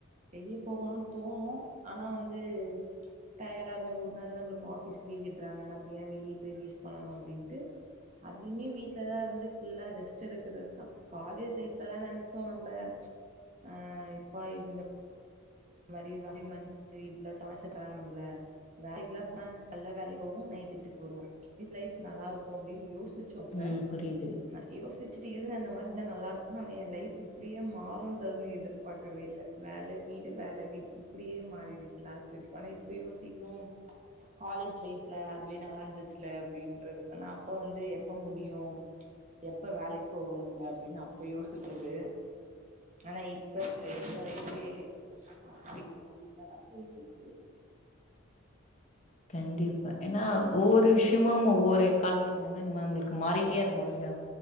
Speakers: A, on the right; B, on the left.
A: வெளிய போகோணுன் தோணு ஆனா வந்து ப்ச் டயடா ஒரு நாள் தான நம்மளுக்கு ஆபீஸ் லீவ் விட்றாங்க நம்ப ஏ வெளியே போய் வேஸ்ட் பண்ணணு அப்படின்ட்டு அதுலயுமே வீட்டுலதா இருந்து புல்லா ரெஸ்ட் எடுக்கிறதுதா காலேஜ் லைஃப்ல எல்லா நெனைச்சோ நம்ப அ இப்ப இந்த <inaudible> இவ்ளா டார்ச்சர் தராங்க நம்பள வேலைக்லா <inaudible> கல்ல <inaudible> நைட்டு வீட்டுக் வருவோ இந் லைஃப் நல்லா இருக்கூ அப்டின் யோஸ் த்துசொப்ப
B: ம் புரியுது
A: ந யோஸ் தெச்சிட்டு இருங்க அந்த மாதிரி தா நல்லா இருக்கு ஆனா என் லைஃப் இப்டியே மாறுன்றதுன் எதிர் பாக்கவேல்ல வேல வீட் வேல வீடு இப்டியே மாறிடுச்சு லாஸ்ட் வரிக் ஆனா இப்ப யோசீக்கிறோ காலேஜ் லைப்ல அதுவே நல்லாந்துருச்சுல அப்டின்றது ஆனா அப்ப வந்து எப்ப முடியு ப்ச் எப் இப்ப வேலைக்கு போகனும்ப அப்படின் அப்ப யோசிச்சது ஆனா இப்ப எங்களைக்கே து போரிங் போரிங்காதா போயிட்டு இருக்கு
B: கண்டிப்பா ஏன்னா ஒவ்வொரு விஷ்யமும் ஒவ்வொரு காலத்துக்கு ஏத்த மாரி நம நம்மளுக்கு மாறிட்டே இருக்கு இல்லியா